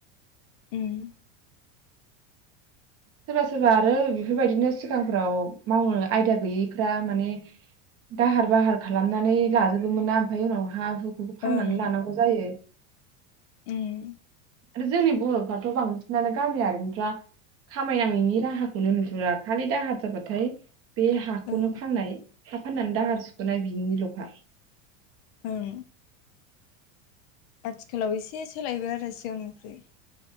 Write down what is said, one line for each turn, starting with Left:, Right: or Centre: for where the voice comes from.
Left: उम
Right: सोरबा सोरबा आरो बेफोरबायदिनो सिगांफ्राव मावनो आयदा गैयैफ्रा माने दाहार बाहार खालामनानै लाजोबोमोन ना ओमफाय उनाव हा <unintelligible> फाननानै
Left: ओं
Right: लानांगौ जायो
Left: उम
Right: आरो जोंनि बर'फ्राथ बांसिनानो गामियारिनिफ्रा खामायनाङैनि राहाखौनो नुहुरा खालि दाहार जाबाथाय बे हाखौनो
Left: ओं
Right: फाननाय हा फाननानै दाहार सुखोनाय बिनिल'खा
Left: ओं आथिखालाव एसे सोलायबाय आरो सिगांनि फ्राय